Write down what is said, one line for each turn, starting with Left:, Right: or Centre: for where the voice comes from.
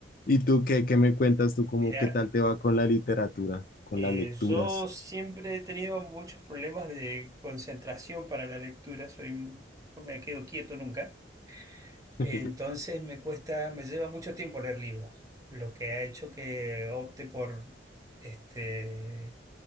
Left: ¿Y tú qué, qué me cuentas tú cómo
Right: Mira,
Left: qué tal te va con la literatura, con
Right: eh,
Left: las lecturas?
Right: yo siempre he tenido muchos problemas de concentración para la lectura, soy, no me quedo quieto nunca. Entonces
Left: <laughs>
Right: me cuesta, me lleva mucho tiempo leer libros, lo que ha hecho que opte por este,